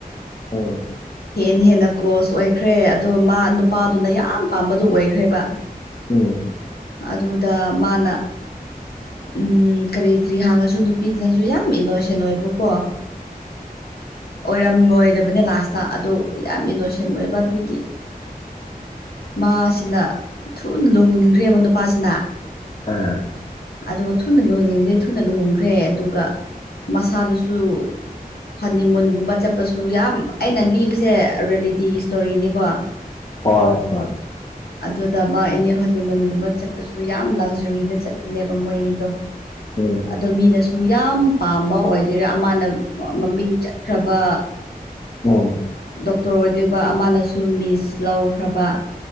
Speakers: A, on the left (about 35°); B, on the left (about 85°).
A: ꯎ
B: ꯍꯦ ꯍꯦꯟꯅ ꯀ꯭ꯂꯣꯁ ꯑꯣꯏꯈ꯭ꯔꯦ ꯑꯗꯣ ꯃꯥ ꯅꯨꯄꯥꯗꯨꯅ ꯌꯥꯝ ꯄꯥꯝꯕꯗꯨ ꯑꯣꯏꯈ꯭ꯔꯦꯕ
A: ꯎꯝ
B: ꯑꯗꯨꯗ ꯃꯥꯅ ꯎꯝ ꯀꯔꯤ ꯀꯔꯤ ꯍꯥꯡꯉꯁꯨ ꯅꯨꯄꯤꯗꯨꯅꯁꯨ ꯌꯥꯝ ꯏꯅꯣꯁꯦꯟ ꯑꯣꯏꯕꯀꯣ ꯑꯣꯏꯔꯝꯂꯣꯏꯗꯕꯅꯦ ꯂꯥꯁꯇ ꯑꯗꯨ ꯌꯥꯝ ꯏꯅꯣꯁꯦꯟ ꯑꯣꯏꯕ ꯑꯗꯨꯒꯤ ꯃꯥꯁꯤꯅ ꯊꯨꯅ ꯂꯨꯍꯣꯡꯅꯤꯡꯈ꯭ꯔꯦꯕ ꯅꯨꯄꯥꯁꯤꯅ
A: ꯎꯝ
B: ꯑꯗꯨꯒ ꯊꯨꯅ ꯂꯨꯍꯅꯤꯡꯈꯩ ꯊꯨꯅ ꯂꯨꯍꯣꯡꯈ꯭ꯔꯦ ꯑꯗꯨꯒ ꯃꯁꯥꯗꯨꯁꯨ ꯍꯅꯤ ꯃꯨꯟꯒꯨꯝꯕ ꯆꯠꯄꯁꯨ ꯌꯥꯝ ꯑꯩꯅ ꯂꯤꯕꯁꯦ ꯔꯤꯌꯦꯂꯤꯇꯤꯒꯤ ꯏꯁꯇꯣꯔꯤꯅꯤꯀꯣ
A: ꯍꯣꯏ ꯍꯣꯏ
B: ꯑꯗꯨꯗ ꯃꯥ ꯑꯦꯅꯤ ꯍꯣꯅꯤꯃꯨꯟꯒꯨꯝꯕ ꯆꯠꯄꯁꯨ ꯌꯥꯝ ꯂꯛꯖꯔꯤꯗ ꯆꯠꯄꯅꯦꯕ ꯃꯣꯏ ꯑꯅꯤꯗꯣ
A: ꯎꯝ
B: ꯑꯗꯣ ꯃꯤꯅꯁꯨ ꯌꯥꯝ ꯄꯥꯝꯕ ꯑꯣꯏꯗꯣꯏꯔꯦ ꯑꯃꯅ ꯃꯃꯤꯡ ꯆꯠꯈ꯭ꯔꯕ
A: ꯎꯝ
B: ꯗꯣꯛꯇꯔ ꯑꯣꯏꯗꯣꯏꯕ ꯑꯃꯅꯁꯨ ꯃꯤꯁ ꯂꯧꯈ꯭ꯔꯕ